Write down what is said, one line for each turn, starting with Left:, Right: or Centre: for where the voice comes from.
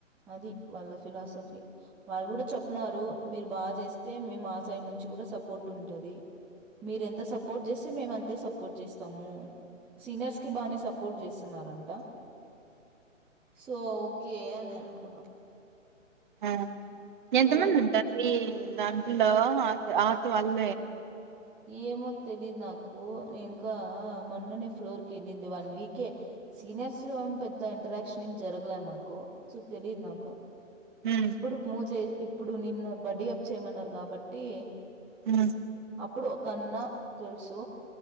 Centre: అది వాళ్ళ ఫిలాసఫీ వాళ్ళు కూడా చెప్న్నారు మీరు బాగా చేస్తే మేము ఆ సైడ్ నుంచి చి కూడా సపోర్ట్ ఉంటది మీర ఎంత సపోర్ట్ చేస్త మేము అంతే సపోర్ట్ చేస్తాము సీనియర్స్ కి బానే సపో పొట్ చేస్తున్నారంట. సో ఓకే అని నేను అనుకున్నాం.
Right: ఆ ఎంత
Centre: చూడాలి
Right: మంది ఉంటారు మీ దాంట్లో ఆత్ వళ్ల్
Centre: ఏమో తెలిదు నాకు ఇంకా మొన్ననే ఫ్లోర్ కి వెళ్ళింది. వన్ వీకే సీనియర్స్ లో పెద్ద ఇంటరాక్షన్ జరగలే మాకు సో తెలిదు నాకు.
Right: హ్మ్
Centre: ఇప్పుడు మూ చే ఇప్పుడు నిన్ను బడ్డీ అప్ చేయమన్నా. కాబట్టి.
Right: ఉమ్.
Centre: అప్పుడు ఒకన్న తెలుసు.